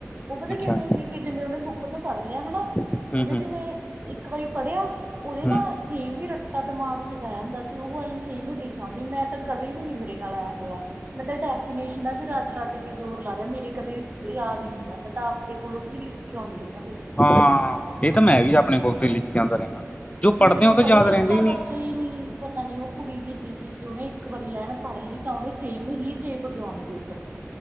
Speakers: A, on the right; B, on the left.
A: ਉਹ ਪਤਾ
B: ਅੱਛਾ
A: ਕਿਵੇਂ ਸੀ, ਵੀ ਜਿਵੇਂ ਉਹਨੇ ਬੁੱਕ ਤੋਂ ਪੜ੍ਹ ਲਿਆ ਹੈਨਾ,
B: ਹੂੰ
A: ਉਹਨੇ
B: ਹੂੰ
A: ਜਿਵੇਂ ਇੱਕ ਵਾਰੀ ਪੜ੍ਹਿਆ ਉਹਦੇ
B: ਹੂੰ
A: ਨਾ ਸੇਮ ਹੀ ਰੱਟਾ ਦਿਮਾਗ ਚ ਬਹਿ ਹੁੰਦਾ ਸੀ, ਉਹ ਅਸੀਂ ਸੇਮ ਹੀ ਲਿਖਿਆ ਆਂਦੀ, ਮੈਂ ਤਾਂ ਕਦੇ ਵੀ ਨੀ ਵੀਰੇ ਨਾਲ ਐ ਹੋਇਆ ਮੈਂ ਤਾਂ ਡੈਫੀਨੇਸ਼ਨਾਂ ਵੀ ਰੱਟ ਰੱਟ ਕੇ ਜ਼ੋਰ ਲਾ ਰਿਹਾ, ਮੇਰੇ ਕਦੇ ਯਾਦ ਹੀ ਹੋਇਆ, ਮੈਂ ਤਾਂ ਆਪਦੇ ਕੋਲੋਂ ਹੀ ਲਿਖ ਕਿਉਂ ਰਹਿੰਦਾ
B: ਹਾਂ, ਇਹ ਤਾਂ ਮੈਂ ਵੀ ਆਪਣੇ ਕੋਲ ਤੇ ਲਿਖ ਆਉਂਦਾ ਰਿਹਾ ਜੋ ਪੜ੍ਹਦੇ
A: ਮੇਰੇ
B: ਆ
A: ਤੋਂ
B: ਉਹ ਤਾਂ
A: ਕਦੇ
B: ਯਾਦ
A: ਰੱਟਾ
B: ਰਹਿੰਦੇ ਨਹੀਂ
A: ਵੱਜਿਆ ਹੀ ਨਹੀਂ ਪਤਾ ਨੀ ਉਹ ਕੁੜੀ ਕਿਵੇਂ ਜਿਹੀ ਸੀ, ਉਹਨੇ ਇੱਕ ਵਾਰੀ ਲੈਣ ਪੜ੍ਹ ਲਈ, ਤਾਂ ਉਹਨੇ ਸੇਮ ਹੀ ਚੇਪ ਕੇਉਣੀ ਪੇਪਰ ਚ